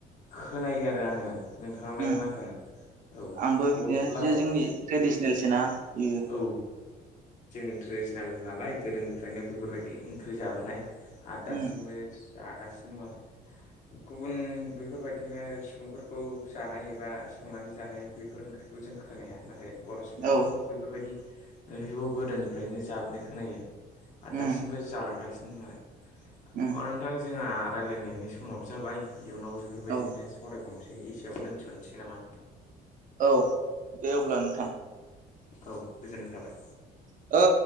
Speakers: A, on the left (about 45°); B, on the right (about 50°).
A: खोनायो आरो आङो नोंथाङालाय
B: उम
A: मा सानो औ
B: आंबो बिदिनो
A: बरफलार
B: जे जोंनि ट्रेडिसनेलसोना बियो
A: औ जोंनि ट्रेडिसनेल नालाय गोदोनिफ्रायनो बेफोरबायदि ओंख्रि जाबोनाय आरो
B: उम
A: दासिमबो जागासिनो दं आरो गुबुन बेफोरबायदिनो सुबुंफोरखौ जानाय एबा संनानै जानाय बेफोर ओंख्रि बेखौ जों खोनाया नाथाय बर' सुबुंफोरखौ
B: औ
A: बेफोरबायदि बेखौ गोदोनिफ्रायनो जाबोनाय खोनायो आरो
B: उम
A: दासिमबो जालांगासिनो दं आरो
B: उम
A: अ नोंथां जोंहा रायजलायनायनि समाव जाबाय इयुनाव बेफोरबायदिनो
B: औ
A: सावरायबावनोसै एसेयावनो दोनथ'नोसै नामा
B: औ दे अब्ला नोंथां
A: औ गोजोननाय थाबाय
B: ओ